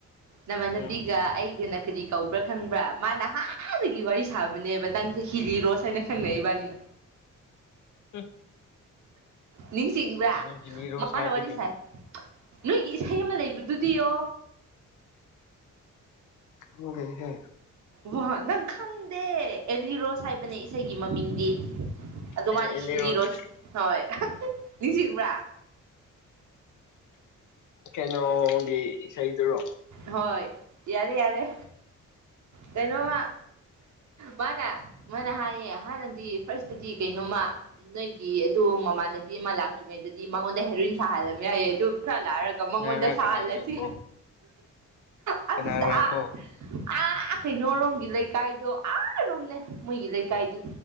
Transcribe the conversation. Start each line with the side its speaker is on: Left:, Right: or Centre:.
Right: ꯅꯃꯥꯟꯅꯕꯤꯒ
Left: ꯎꯝ
Right: ꯑꯩꯒꯅ ꯀꯔꯤ ꯀꯧꯕ꯭ꯔꯥ ꯈꯪꯕ꯭ꯔꯥ ꯃꯥ ꯅꯍꯥꯟꯅꯗꯒꯤ ꯋꯥꯔꯤ ꯁꯥꯕꯅꯦꯕ ꯅꯪꯁꯦ ꯍꯤꯔꯤꯔꯣꯁ ꯍꯥꯏꯅ ꯈꯪꯅꯩ ꯏꯕꯥꯅꯤꯅ
Left: ꯎꯝ
Right: ꯅꯤꯡꯁꯤꯡꯕ꯭ꯔꯥ
Left: ꯀꯩꯅꯣ ꯍꯤꯂꯤꯔꯣꯁ
Right: ꯃꯥꯅ
Left: ꯍꯥꯏꯕꯗꯤ
Right: ꯋꯥꯔꯤ ꯁꯥꯏ ꯅꯣꯏꯒꯤ ꯏꯁꯩ ꯑꯃ ꯂꯩꯕꯗꯨꯗꯤ ꯌꯣ
Left: ꯈꯪꯗꯦꯍꯦ
Right: ꯋꯥ ꯅꯪ ꯈꯪꯗꯦ ꯑꯦꯂꯤꯔꯣꯁ ꯍꯥꯏꯕꯅꯦ ꯏꯁꯩꯒꯤ ꯃꯃꯤꯡꯗꯤ ꯑꯗꯨ
Left: ꯑꯦ
Right: ꯃꯥꯅ
Left: ꯑꯦꯂꯤꯔꯣꯁ
Right: ꯁꯤꯗ ꯏꯔꯣꯁ ꯍꯣꯏ ꯅꯤꯡꯁꯤꯡꯕ꯭ꯔꯥ
Left: ꯀꯩꯅꯣꯒꯤ ꯏꯁꯩꯗꯨꯔꯣ
Right: ꯍꯣꯏ ꯌꯥꯔꯦ ꯌꯥꯔꯦ ꯀꯩꯅꯣꯝꯃ ꯃꯥꯅ ꯃꯥꯅ ꯍꯥꯏꯌꯦ ꯍꯥꯟꯅꯗꯤ ꯐꯥꯔꯁꯇꯗꯤ ꯀꯩꯅꯣꯝꯃ ꯅꯣꯏꯒꯤ ꯑꯗꯨ ꯃꯃꯥꯟꯅꯕꯤ ꯑꯃ ꯂꯥꯛꯇ꯭ꯔꯤꯉꯩꯗꯗꯤ ꯃꯉꯣꯟꯗ ꯍꯦꯔꯣꯏꯟ ꯁꯥꯍꯜꯂꯝꯃꯦ ꯌꯥꯏꯌꯦ ꯑꯗꯨ ꯈꯔ ꯂꯥꯛꯑꯒ ꯑꯗꯨ ꯃꯉꯣꯟꯗ
Left: ꯀꯅꯥꯔ
Right: ꯁꯥꯍꯜꯂꯁꯤ
Left: ꯀꯅꯥꯔꯀꯣ
Right: ꯑꯁ
Left: ꯀꯅꯥꯔꯀꯣ
Right: ꯑꯥ ꯑꯥ ꯀꯩꯅꯣꯔꯣꯝꯒꯤ ꯂꯩꯀꯥꯏꯗꯣ ꯑꯥꯔꯣꯝꯅꯦ ꯃꯣꯏꯒꯤ ꯂꯩꯀꯥꯏꯗꯤ